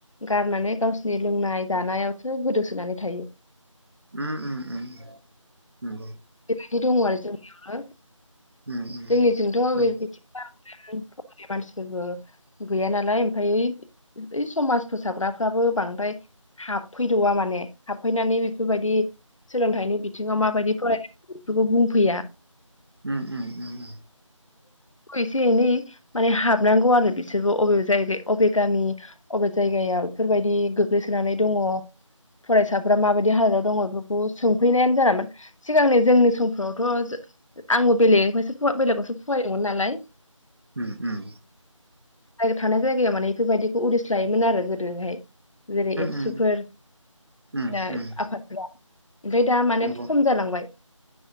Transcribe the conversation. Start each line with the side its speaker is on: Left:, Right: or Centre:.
Left: गारनानै गावसोरनि लोंनाय जानायावसो गोदोसोनानै थायो
Right: उम उम उम नंगौ
Left: बिदि दङो आरो जोंनियावनो
Right: उम उम
Left: जोंनिजोंथ' बे
Right: उम
Left: बिदि बां द्राय फरायनाय मानसिफोरबो गैया नालाय ओमफाय समाज फोसाबग्राफ्राबो बांद्राय हाबफैथवा माने हाबफैनानै बेफोरबायदि सोलोंथाइनि बिथिङाव माबायदि फराय बेफोरखौ बुंफैया
Right: उम उम उम
Left: एसे एनै माने हाबनांगौ आरो बिसोरबो बबे जायगा अबे गामि अबे जायगायाव बेफोरबायदि गोग्लैसोनानै दङ फरायसाफ्रा माबायदि हालोदाव दङ बेफोरखौ सोंफैनायानो जाला माने सिगांनि जोंनि समफ्रावथ' आंबो बेलेगनिफ्रायसो बेलेगावसो फरायोमोन नालाय
Right: उम उम
Left: थानाय जायगायाव माने बेफोरबायदिखौ उदिस लायोमोन आरो गोदोहाय जेरै एबसुफोर
Right: उम उम
Left: बायदिनो
Right: उम
Left: आफादफोरा ओमफ्राय दा माने
Right: नंगौ
Left: खम जालाङो बाय